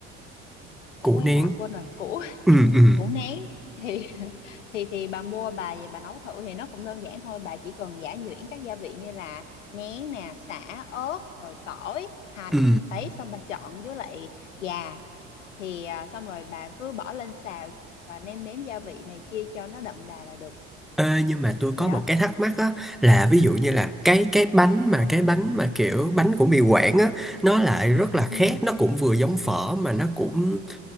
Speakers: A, on the left; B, in the centre.
A: củ
B: củ
A: hay
B: nén
A: hạt quên rồi củ
B: ừ
A: <laughs>
B: ừ
A: củ nén thì <laughs> thì thì bà mua bà về bà nấu thử thì nó cũng đơn giản thôi bà chỉ cần giã nhuyễn các gia vị như là nén nè sả ớt rồi tỏi hành
B: ừ
A: đấy xong bà chọn với lại gà thì à, xong rồi bà cứ bỏ lên xào và nêm nếm gia vị này kia cho nó đậm đà là được
B: Ê, nhưng mà tôi
A: thì
B: có
A: đó
B: một cái thắc mắc á là ví dụ như là cái cái bánh mà cái bánh mà kiểu bánh của mì Quảng á nó lại rất là
A: ừ.
B: khác nó cũng vừa giống phở mà nó cũng